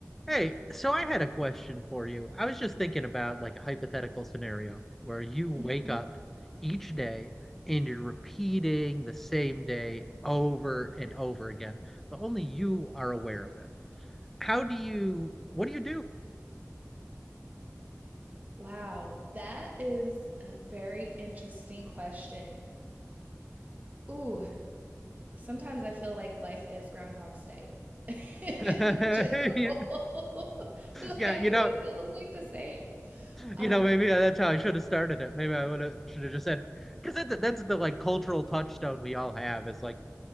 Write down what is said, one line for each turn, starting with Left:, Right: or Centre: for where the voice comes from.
Centre: Hey, so I had a question for you. I was just thinking about like a hypothetical scenario where you wake
Right: Mhm.
Centre: up each day and you're repeating the same day over and over again, but only you are aware of it. How do you, what do you
Right: Wow, that is a very interesting question. Ooh, sometimes I feel like life is Groundhog's Day <laughs> in
Centre: do?
Right: general.
Centre: <laughs>
Right: <laughs> Like
Centre: Yeah,
Right: every
Centre: you know,
Right: day feels like the same.
Centre: you
Right: Um,
Centre: know, maybe that's how I should have started it. Maybe I would have should have just said, because that, that's the like cultural touchstone we all have is like,